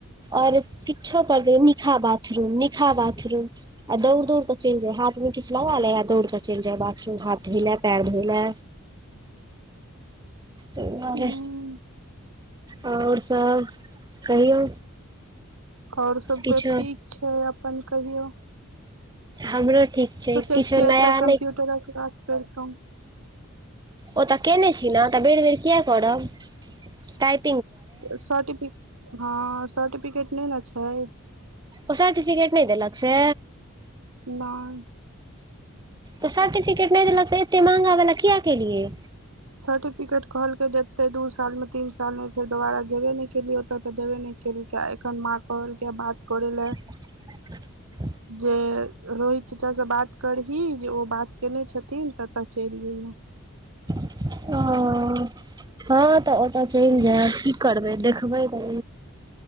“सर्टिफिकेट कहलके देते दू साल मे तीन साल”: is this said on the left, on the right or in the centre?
Right